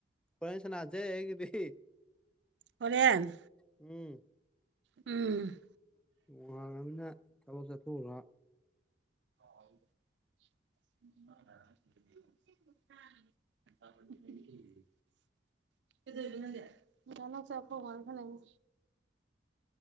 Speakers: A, in the centre; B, on the right.
A: ꯍꯣꯔꯦꯟ ꯁꯥ ꯑꯩꯒꯤꯗꯤ
B: ꯍꯣꯔꯦꯟ
A: ꯎꯝ
B: ꯎꯝ
A: ꯋꯥꯡꯕꯅꯤꯅ ꯊꯕꯛ ꯆꯠꯊꯣꯛꯎꯔꯣ
B: <unintelligible> <inaudible> ꯀꯩꯗꯧꯔꯤꯕ ꯅꯪꯗꯤ ꯅꯪ ꯆꯪꯉꯛꯄꯒ ꯋꯥ ꯉꯡꯁꯤꯜꯂꯛꯏꯅꯣ